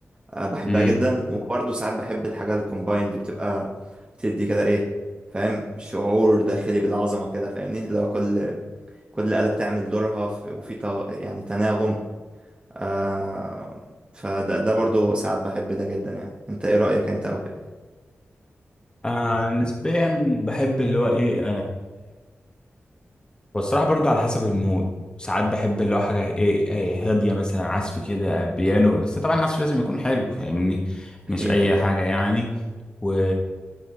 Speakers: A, on the right; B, on the left.
A: آه، بحبها
B: امم
A: جدا وبرضه ساعات بحب الحاجة الكومبايند بتبقى بتدي كده ايه فاهم شعور داخلي بالعظمة كده فاهمني لو كل كل آلة بتعمل دورها في- وفي تغ- يعني تناغم آه، فده ده برضه ساعات بحب ده جدا يعني انت ايه رأيك انت او كده
B: آه نسبيا بحب اللي هو ايه والصراحة برضو على حسب المود ساعات بحب اللي هو حاجة ايه إيه هادية مثلا عزف كده بيانو بس طبعا العزف لازم يكون حلو فاهمني مش
A: اكيد
B: أي
A: اكيد
B: حاجة يعني و